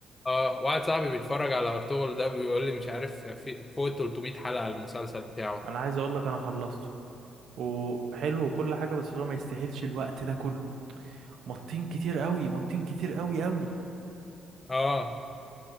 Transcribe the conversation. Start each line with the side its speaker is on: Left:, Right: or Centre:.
Left: اه واحد صاحبي بيتفرج على أرطغرل ده بيقول لي مش عارف في فوق ال 300 حلقة المسلسل بتاعه
Right: انا عايز اقول لك انا خلصته وحلو وكل حاجه بس اللي هو ما يستاهلش الوقت ده كله مطين كتير قوي مطين كتير قوي قوي
Left: اه